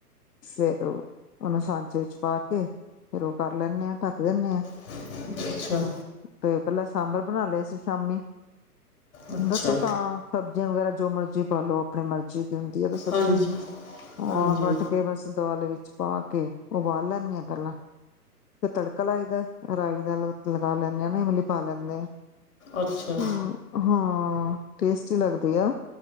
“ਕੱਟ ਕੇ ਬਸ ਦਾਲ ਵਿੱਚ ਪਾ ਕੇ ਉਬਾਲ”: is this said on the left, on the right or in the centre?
Left